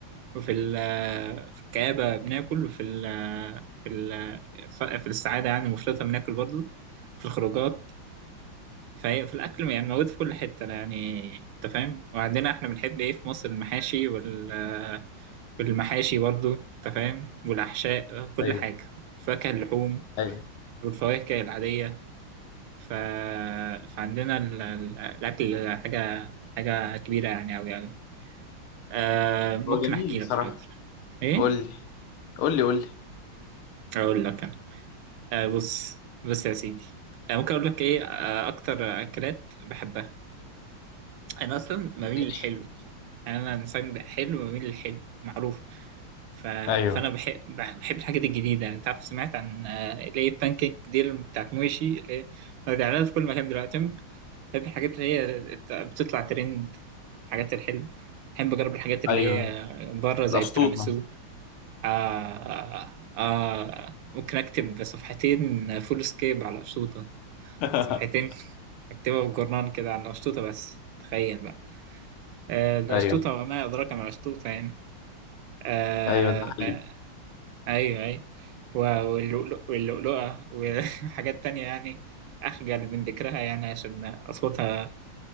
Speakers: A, on the right; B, on the left.
A: وفي ال- في الكآبة بناكل وفي ال في ال في السعادة يعني المفرطة بناكل برضو في الخروجات فهي في الأكل يعني موجود في كل حتة يعني أنت فاهم وعندنا إحنا بنحب إيه في مصر المحاشي وال والمحاشي برضو أنت فاهم والأحشاء كل
B: ايوه
A: حاجة فاكهة اللحوم
B: ايوه
A: والفواكه العادية ف... فعندنا ال... ال- الأكل حاجة حاجة كبيرة يعني أوي يعني آه ممكن
B: هو جميل
A: أحكي
B: بصراحة
A: لك حاضر إيه؟
B: قول لي قول لي قول لي
A: أقول لك أنا آه بص بص يا سيدي آه ممكن أقول لك إيه آه أكتر أكلات بحبها أنا أصلا بميل
B: ماشي
A: للحلو يعني أنا إنسان حلو بميل للحلو معروف ف...
B: ايوه
A: فأنا بحب بحب الحاجات الجديدة يعني أنت عارف سمعت عن آه، اللي هي البانكيك دي اللي بتاعت موشي اللي هي بتعملها في كل مكان دلوقتي بحب الحاجات اللي هي بتطلع ترند الحاجات الحلوة بحب أجرب الحاجات اللي
B: ايوه
A: هي بره زي
B: الاسطوطه
A: التيراميسو آه آه آه، ممكن أكتب صفحتين فول سكيب على أشطوطة
B: <laughs>
A: صفحتين أكتبها في جورنال كده عن الأشطوطة بس تخيل بقى آه الأشطوطة
B: ايوه
A: وما أدراك ما الأشطوطة يعني آه
B: ايوه ده حقيقي
A: آه أيوه أيوه و- واللؤلؤ- واللؤلؤة <laughs> وحاجات تانية يعني أخجل من ذكرها يعني عشان أصواتها